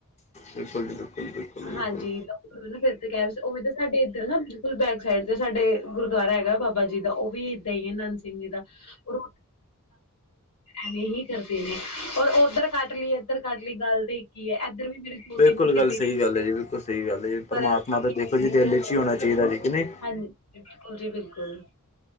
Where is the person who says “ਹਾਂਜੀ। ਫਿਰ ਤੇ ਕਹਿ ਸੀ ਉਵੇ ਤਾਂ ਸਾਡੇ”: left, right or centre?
Left